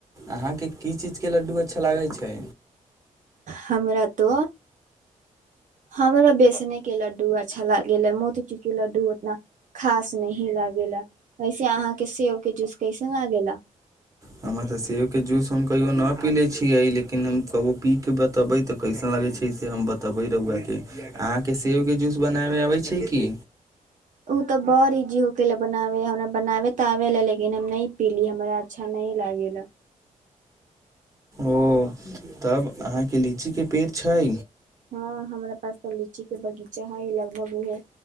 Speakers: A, on the right; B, on the right.
A: अहाँके की चीज के लड्डू अच्छा लागै छै
B: हमरा तऽ हमरो बेसनेके लड्डू अच्छा लागै ह मोतीचूरके लड्डू उतना खास नहीं लागेला वैसे अहाँके सेब के जूस कैसन लागेला
A: हमर तऽ सेब के जूस हम कहियो न पी ले छीयै लेक इन हम कबो पीके बतेबे तऽ कैसन लागे छै से ब तबी रुउआके अहाँके सेबके जूस बनायमबे अबै छै की
B: ओ तऽ बड़ इजी हो गेललए बनाबै हमरा बनाबै तऽ आबै लए लेकिन हम नहि पीली हमरा अच्छा नहि लागेला
A: ओ तब अहाँके लीची के पेड़ छै
B: हँ हमरा पास तऽ लीचीके बगीचा हइ लगभग उहो